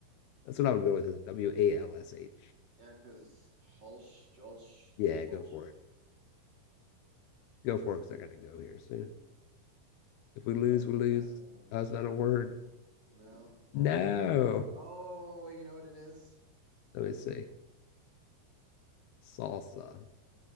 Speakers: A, on the left; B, on the right.
A: That's what I would go with
B: Make-
A: is W A L S H.
B: Yeah, because Hulsh, Jolsh,
A: Yeah, go
B: Bolsh.
A: for it. Go for it because I got to go here soon. If we lose,
B: Nope,
A: we
B: we're
A: lose.
B: not down.
A: That's not a word.
B: No.
A: No.
B: Oh, you know what it is?
A: Let me see. Salsa.